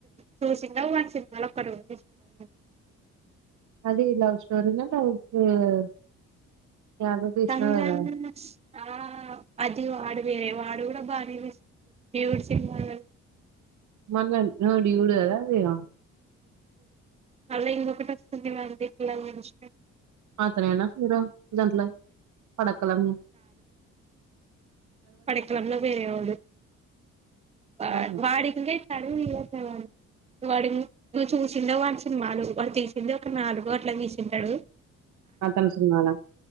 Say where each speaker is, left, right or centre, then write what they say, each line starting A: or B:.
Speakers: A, on the right (about 20°); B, on the right (about 70°).
A: చూసినవ్ వాని సినిమాలు ఒక్కటి కూడా చూ
B: అది లవ్ స్టోరిన <unintelligible> యాదవ్ కృష్ణ
A: కంగన్
B: గదా
A: ఆ అది వాడు వేరే వాడు కూడా బాగానే తీస్తుండు దేవుడు సినిమాలు
B: మన లాంటిది చూడదు గదా లేదా
A: మళ్ళా ఇంకొకటి వస్తుంది మళ్ళి పిల్లల నుంచి
B: అతనేనా హీరో దాంట్లో పడకలన్ని
A: పడకలం లో వేరే వాడు వా
B: అవునా
A: వాడింకా చడా వాడు నువ్వు చూసిండా వాని సినిమాలు వాడు తీసిందే ఒక నాలుగో అట్లా తీసి ఉంటడు.
B: అతని సినిమాల